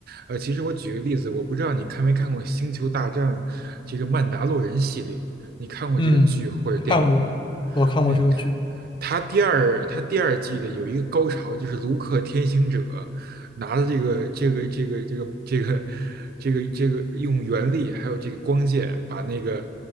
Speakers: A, on the right; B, on the left.
A: 呃，其实我举个例子，我不知道你看没看过《星球大战》这个《曼达洛人》系列，你看过这个剧或者电影吗？
B: 嗯，看过，我看过这个剧，
A: 嗯，他第二他第二季的有一个高潮，就是卢克天行者拿了这个这个这个这个这个这个这个用原力还有这个光剑把那个